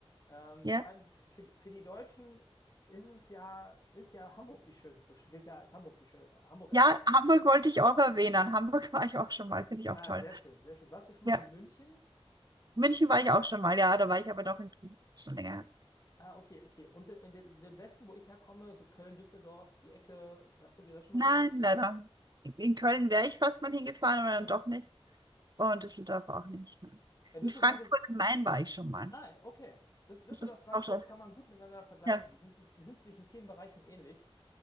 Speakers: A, on the left (about 35°); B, on the right (about 40°).
A: Ähm,
B: ja.
A: vor allem f- für die, für die Deutschen ist es ja, ist ja Hamburg die schönste, gilt ja als Hamburg die schön, Hamburg
B: Ja,
A: als die schönste
B: Hamburg
A: Stadt.
B: wollte ich auch erwähnen. Hamburg <laughs> war ich auch schon mal, finde ich auch
A: Ah,
B: toll.
A: sehr schön, sehr schön. Warst du schon
B: Ja,
A: mal in München?
B: München war ich auch schon mal, ja, da war ich
A: Okay.
B: aber doch in Köln. Schon länger. her.
A: Ah, okay, okay. Und in den, den Westen, wo ich herkomme, so Köln, Düsseldorf, die Ecke, hast du dir das schon
B: Nein,
A: mal angeguckt?
B: leider. In Köln wäre ich fast mal hingefahren, aber dann
A: Mhm.
B: doch nicht. Und Düsseldorf auch nicht. ne.
A: Ja, Düsseldorf
B: In Frankfurt
A: ist.
B: am Main war ich schon mal.
A: Ah, okay. Düs- Düsseldorf,
B: Ist das
A: Frankfurt
B: auch schon
A: kann man gut miteinander vergleichen.
B: Ja.
A: Die sind sich, die sind sich in vielen Bereichen ähnlich.